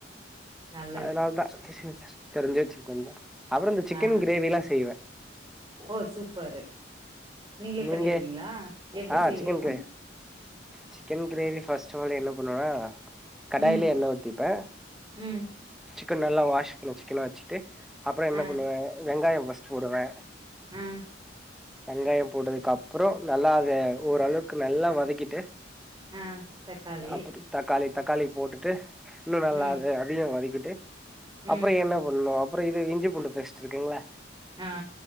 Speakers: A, on the right; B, in the centre.
A: நல்
B: அதனால தா <unintelligible> தெரிஞ்ச சிக்கன் தா அப்றோ இந்த சிக்கன்
A: ஆ
B: கிரேவிலா செய்வே
A: ஓ சூப்பரு நீங்களே
B: நீங்கே
A: பண்ணிடுவீங்களா எப்டி
B: ஆ
A: செய்வீங்க
B: சிக்கன் க்ரே சிக்கன் க்ரேவி ஃபஸ்ட் வழி என்ன பண்ணுவா கடாயில
A: ம்
B: எண்ணெ ஊத்திப்பே
A: ம்
B: க்கன் நல்ல வாஷ் பண்ணி சிக்கனா வச்சு ட்டு அப்பறம் என்ன
A: ஆ
B: பண்ணுவேன் வெங்காயம் ஃபர்ஸ்ட் போடுவே
A: ஆ
B: வெங்காயம் போட்டதுக்கு அப்புறோ நல்லா அத ஓரளவுக்கு நல்லா வதக்கிட்டு
A: ஆ தக்காளி
B: அப்புற தக்காளி தக்காளி போட்டுட்டு இன்னு நல்லா
A: ம்
B: அத அதையு வதக்கிட் டு
A: ம்
B: அப்புறோ என்ன பண்ணும் அப்புறோ இது இஞ்சி பிண்டு பேஸ்டு இருக்குங்கள
A: ஆ